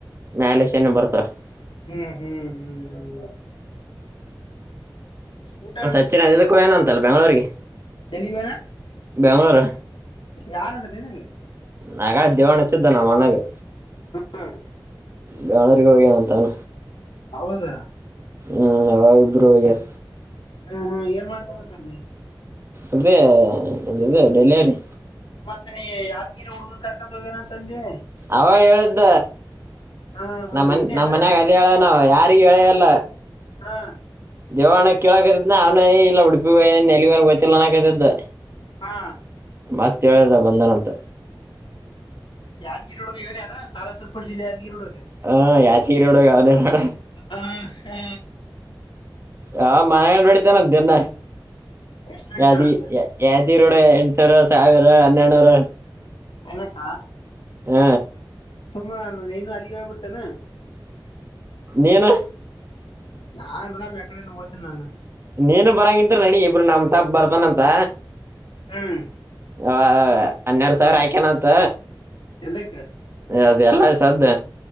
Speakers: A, on the right; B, on the left.
A: ಮ್ಯಾಲಸನ ಬರ್ತಾವ
B: ಹ್ಮ್ ಹ್ಮ್ ಹ್ಮ್ ಹ್ಮ್ ಊಟ
A: ಸಚ್ಚಿನ್ ಅದ ಕಯನ ಅಂತಲ್ಲ ಬ್ಯಾಂಗಲೋರ್ ಗೆ
B: ಎಲ್ಲಿಗಣ
A: ಬೆಂಗಳೂರು
B: ಯಾರಂದ್ರೆ ನಿನಗೆ
A: ನಕ ದೇವಣಚ್ಚಿದ್ದ ನಮಣ್ಣಗೆ
B: ಹ್ಮ
A: ಬೆಂಗಳೂರಿಗೆ ಹೋಗನ್ ಅಂತಾನ
B: ಹೌದಾ
A: ಹ್ಮ್ ಇಬ್ಬರು ಹೋಗ್ಯಾರ
B: ಹ್ಮ ಏನ್ ಮಾಡ್ತಾರಂತ ಅಲ್ಲಿ
A: ಅದೇ ಅ ಇದು ಡೆಲಿವರಿ
B: ಮತ್ ನೀ ಯಾದ್ಗಿರಿ ಹುಡ್ಗನ್ ಕರ್ಕೊಂಡ್ ಹೋಗೇನ ಅಂತ ಅಂದವಿ
A: ಅವಾವ ಹೇಳಿದ್ದ
B: ಹಾ ಹಾ
A: ನಮ್ಮನ್
B: ಇವ್ನೇನ
A: ನಮ್ಮ ಮನ್ಯಾಗ ಅದ ಹೇಳ ನಾವ ಯಾರ ರಿ ಹೇಳೇ ಇಲ್ಲ
B: ಹಾ
A: ದೇವಣ ಕೇಳಕತದ ನ ಅವ್ನ ಇಲ್ಲ ಉಡುಪಿಗೆ ಹೋಗ್ಯಾನ ಎಲ್ಲಿಗ್ ಹೋಗ್ಯಾನ ಗೊತ್ತಿಲ್ಲ ಅನಕತದ
B: ಹಾ
A: ಮತ್ ಹೇಳಿದ ಬಂದನಂತ
B: ಯಾದಗಿರಿ ಹುಡುಗ ಇವನ ಅನಾ ತಾಲಾಸಕಲ್ಪು ಜಿಲ್ಲ ಯಾದಗಿರಿ <unintelligible>
A: ಹಾ ಯಾದಗಿರಿ ರೋಡ್ ಯಾವ್ದೇ ಮಾಡ
B: ಹಾ ಹಾ
A: ಹಾ ಮನೆಗಂಡ ಬಡಿತಾನಂತನ ದಿನ್ನೇ
B: ಎಷ್ಟ ಇಡ್ತೇನಂತ
A: ಯಾದಿ ಯಾದಿರೋಡೆ ಎಂಟನೂರು ಸಾವಿರ ಹನ್ನೆರಡುನೂರು
B: ಎನಕ್ಕಾ
A: ಹ್ಮ
B: ಸುಮ್ಮ ನೀನು ಅಲ್ಲಿಗೆ ಹೋಗ್ಬಿಡ್ತೇನ್
A: ನೀನು
B: ನಾನ್ ಅಂದ್ರ ಮೇಕಡೆ ಹೋತೀನ ನಾನು
A: ನೀನು ಬರಂಗಿದ್ರೆ ರೆಡಿ ಇಬ್ರು ನಮ್ ತಾಪ್ ಬರ್ತಾನಂತ
B: ಹ್ಮ್
A: ಹಾ ಹಾ ಹನ್ನೆರಡು ಸಾವಿರ ಹಾಕಿನಂತ.
B: ಎದಕ್
A: ಅದೆ ಎಲ್ಲ ಸದ್